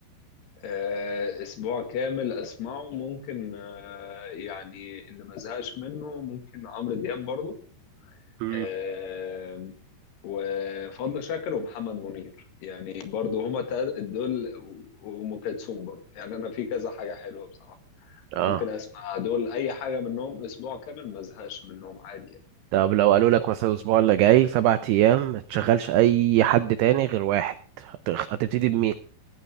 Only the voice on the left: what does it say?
آه، اسبوع كامل اسمعه ممكن آه، يعني اللي ما زهقش منه ممكن عمرو دياب برضه
آه، وفضل شاكر ومحمد منير يعني برضه هما تا- دول و- وام كلثوم برضه يعني انا في كذا حاجه حلوه بصراحه
ممكن اسمع دول اي حاجه منهم اسبوع كامل ما زهقش منهم عادي يعني.